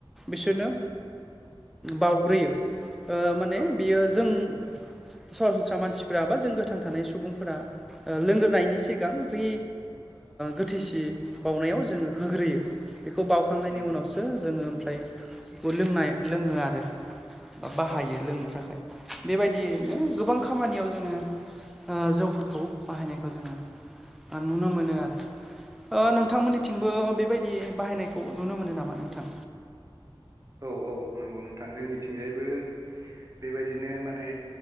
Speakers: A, in the centre; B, on the right.
A: बिसोरनो बावग्रोयो माने
B: औ
A: बियो जों <inaudible> सरासनस्रा मानसिफोरा बा जों गोथां थानाय सुबुंफोरा लोंग्रोनायनि सिगां बे गोथैसि बावउनायाव जोङो होग्रोयो बेखौ बावखांनायनि
B: उम
A: उनावसो जोङो ओमफ्राय बे लोंनाय लोङो आरो। बा बाहायो
B: औ
A: लोंनो
B: औ
A: थाखाय बेबायदियैनो गोबां खामानियाव जोङो जौफोरखौ बाहायनायखौ जोङो नुनो मोनो आरो।
B: नंगौ
A: नोंथांमोननिथिंबो
B: नंगौ
A: बेबायदि बाहायनायखौ नुनो मोनो नामा नोंथां?
B: औ औ नंगौ नोंथां जोंनिथिंजायबो बेबायदिनो माने